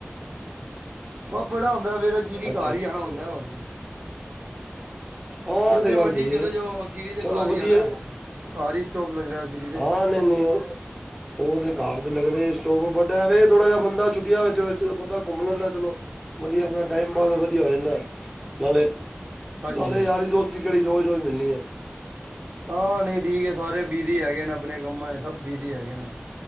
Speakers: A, on the right; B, in the centre.
A: ਬ ਬੜਾ ਹੁੰਦਾ ਫੇ ਖੀਰੀ
B: ਅੱਛਾ
A: ਘਰ
B: ਅੱਛਾ
A: ਈ ਆਣਾ
B: ਅੱਛਾ
A: ਹੁੰਦਾ
B: ਅੱਛਾ,
A: ਹੋਰ ਕੀ
B: ਹਾਂ
A: ਜਿੱਥੇ
B: ਤੇ ਗੱਲ
A: ਮਰਜੀ
B: ਸਹੀ
A: ਚਲੇ
B: ਹੈ
A: ਜਾਓ ਅਖੀਰੀ ਤੇ
B: ਚਲੋ
A: ਘਰ
B: ਵਧੀਆ
A: ਹੀ ਆਣਾ ਘਰ ਹੀ ਸਟੋਪ ਲੱਗਦਾ। ਅਖੀਰੀ ਤੇ
B: ਹਾਂ ਨਈ ਓਹ ਉਹਦੇ ਘਰ ਤੇ ਲੱਗਦੇੋ ਵੱਡਾ ਵ ਥੋੜਾ ਜਿਆ ਬੰਦਾ ਛੁੱਟੀਆਂ ਵਿੱਚ ਬੰਦਾ ਘੁੰਮ ਲੈਂਦਾ ਚਲੋ, ਵਧੀਆ ਆਪਣਾ ਟਾਈਮ ਪਾਸ ਵਧੀਆ ਹੋ ਜਾਂਦਾ ਨਾਲੇ
A: ਹਾਂਜੀ
B: ਨਾਲੇ
A: ਹਾਂਜੀ
B: ਯਾਰੀ ਦੋਸਤੀ ਕੇੜੀ ਰੋਜ਼-ਰੋਜ਼ ਮਿਲਣੀ ਐ।
A: ਹਾਂ ਨਈਠੀਕ ਹੈ, ਸਾਰੇ ਬਿਜੀ ਹੈਗੇ ਨੇ ਆਪਣੇ ਕੰਮਾਂ ਚ ਸਭ ਬਿਜੀ ਹੈਗੇ ਨੇ।